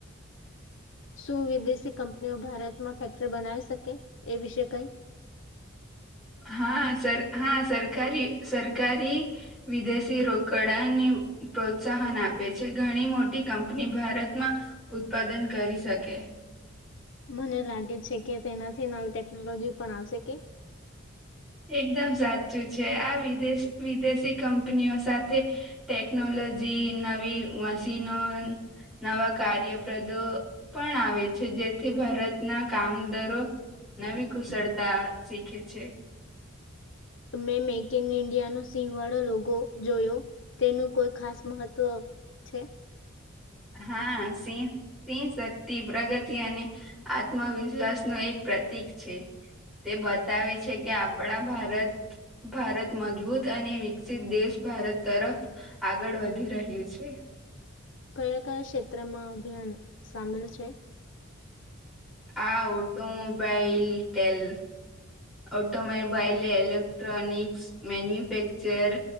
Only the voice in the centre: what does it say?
હા સર હા સરકારી સરકારી વિદેશી રોકડાને પ્રોત્સાહન આપે છે ઘણી મોટી કંપની ભારતમાં ઉત્પાદન કરી શકે.
એકદમ સાચું છે આ વિદેશ વિદેશી કંપનીઓ સાથે ટેકનોલોજી, નવી મશીનો નવા કાર્યપ્રદો પણ આવે છે જેથી ભારતના કામદાર નવી કુશળતા શીખે છે.
હા સિહ સિંહ શક્તિ પ્રગતિ અને આત્મવિશ્વાસ નું એક પ્રતીક છે તે બતાવે છે કે આપણા ભારત ભારત મજબૂત અને વિકસિત દેશ ભારત તરફ આગળ વધી રહ્યું છે.
આ ઓટોમોબાઈલ તેલ ઓટોમોબાઈલ ઇલેક્ટ્રોનિક્ મેન્યુફેક્ચર